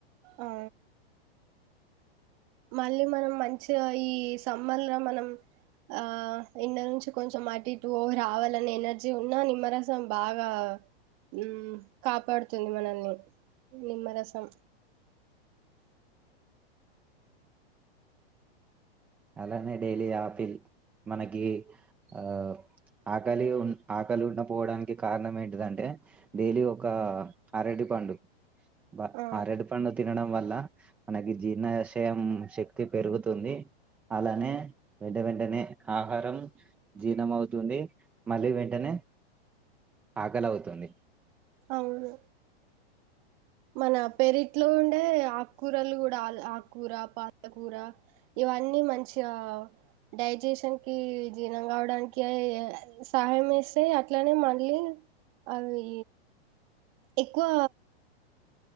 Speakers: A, on the right; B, in the centre.
A: ఆ మళ్ళీ మనం మంచిగ ఈ సమ్మర్ ల మనం ఆ ఇన్న నుంచి కొంచెం అటు ఇటు రావాలని ఎనర్జీ ఉన్నా నిమ్మరసం బాగా ఉమ్ కాపాడుతుంది మనల్ని నిమ్మరసం
B: అలానే డైలీ ఆపిల్ మనకి ఆ ఆకలి ఉన్ ఆకలి ఉండపోవడానికి కారణం ఏంటిదంటే డైలీ ఒక అరటి పండు అబ
A: ఆ
B: అరటి పండు తినడం వల్ల మనకి జీర్ణాశయం శక్తి పెరుగుతుంది అలానే వెంట వెంటనే ఆహారం జీర్ణం అవుతుంది మళ్ళీ వెంటనే ఆకలవుతుంది
A: అవును మన పెరిట్లో ఉండే ఆకుకూరలు కూడా ఆల్ ఆక్ కూూర పాత కూూర ఇవన్నీ మంచిగా డైజెషన్ కి జీర్ణం కావడానికి సహాయం ఏస్తయ్ అట్లనే మళ్ళీ అవి ఎక్కువ